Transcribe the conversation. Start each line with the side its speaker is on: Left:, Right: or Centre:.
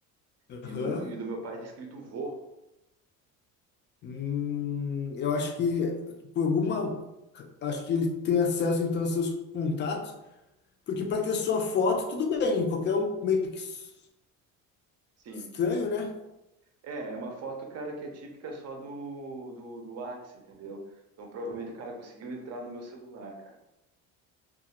Right: e
Left: Aham.
Right: do, e do meu pai tá escrito vô.
Left: Hum, eu acho que por alguma, acho que ele tem acesso então a seus contatos, porque para ter sua foto tudo bem, qualquer um meio que s-
Right: Sim.
Left: estranho, né?
Right: É, é uma foto, cara, que é típica só do, do, do Whats, entendeu? Então provavelmente o cara conseguiu entrar no meu celular, cara.